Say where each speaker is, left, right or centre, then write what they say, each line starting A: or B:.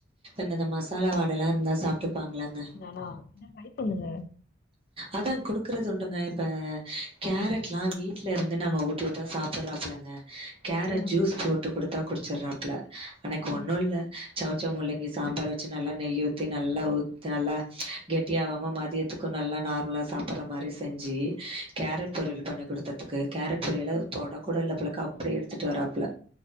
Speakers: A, on the right; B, on the left.
A: இந்தந்த மசாலா வாட எல்லா இருந்தா சாப்ட்டுப்பாங்ளாங்க
B: ஆ எதனா சரிபண்ணுங்க
A: அதா குடுக்கறது உண்டுங்க இப்ப கேரட்லா வீட்ல இருந்து நாங்க ஊட்டி உட் டா சாப்புறாப்புலங்க கேரட்
B: ம்,
A: ஜூஸ் போட்டு குடுத்தா குடிச்சுறாப்புல எனக்
B: ம்,
A: ஒன்னு இல்ல சவ் சவ் முள்ளங்கி சாம்பார் வச்சு நல்லா நெய்ய ஊத்தி நல்லா ஊத் நல்லா கெட்டியாவாம மதியத்துக்கு நல்லா நார்மலா சாப்புற மாரி செஞ்சு கேரட் பொரியல் பண்ணி குடுத்ததுக்கு கேரட் பொரியல தொட கூட இல்ல போலக்கா அப்டியே எடுத்துட்டு வராப்ல